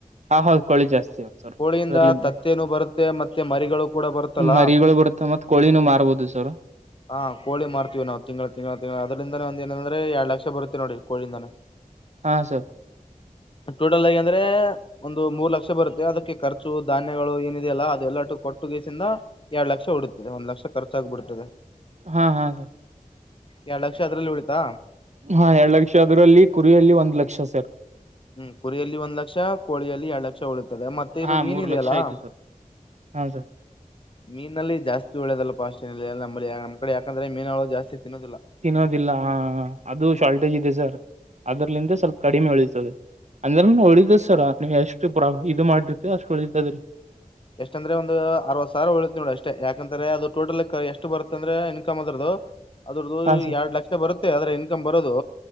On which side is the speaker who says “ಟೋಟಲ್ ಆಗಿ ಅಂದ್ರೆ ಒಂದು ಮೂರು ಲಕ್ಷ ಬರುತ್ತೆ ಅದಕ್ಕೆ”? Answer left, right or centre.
Left